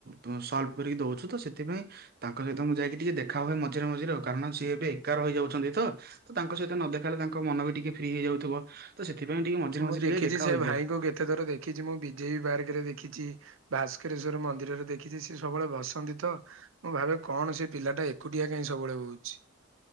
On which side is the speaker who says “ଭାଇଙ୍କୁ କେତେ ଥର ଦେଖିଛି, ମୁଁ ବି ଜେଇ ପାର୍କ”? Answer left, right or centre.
Right